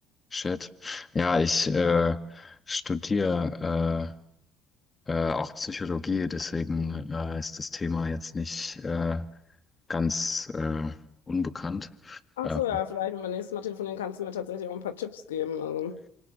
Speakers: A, on the left (about 25°); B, on the left (about 85°).
A: shit. Ja, ich äh, studiere äh, äh, auch Psychologie, deswegen äh, ist das Thema jetzt nicht äh, ganz äh, unbekannt.
B: Ach
A: Ähm,
B: so, ja, vielleicht, wenn wir nächstes Mal telefonieren, kannst du mir tatsächlich auch ein paar Tipps geben. Also,